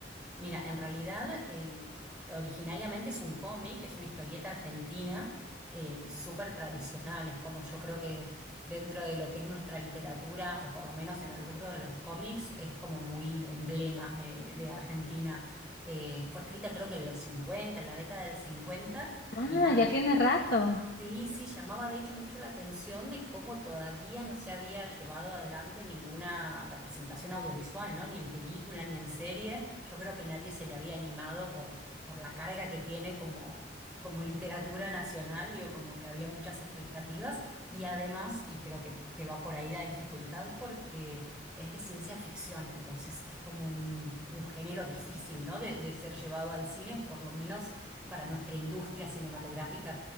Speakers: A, in the centre; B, on the left (about 55°).
A: Mira, en realidad en- originariamente es un cómic, es una historieta argentina eh, súper tradicional, es como yo creo que dentro de lo que es nuestra literatura, o por lo menos en el rubro de los cómics, es como muy emblema de, de Argentina. Eh, fue escrita creo que en los 50, en la década del 50,
B: Ah,
A: y nada,
B: ya
A: ya
B: tiene rato.
A: Sí, sí, llamaba de hecho mucho la atención de cómo todavía no se había llevado adelante ninguna representación audiovisual, ¿no? Ni en película, ni en serie. Yo creo que nadie se le había animado por, por la carga que tiene como, como literatura nacional, digo, como que había muchas expectativas. Y además, y creo que, que va por ahí la dificultad, porque es de ciencia ficción, entonces es como un, un género difícil, ¿no? De, de ser llevado al cine, por lo menos para nuestra industria cinematográfica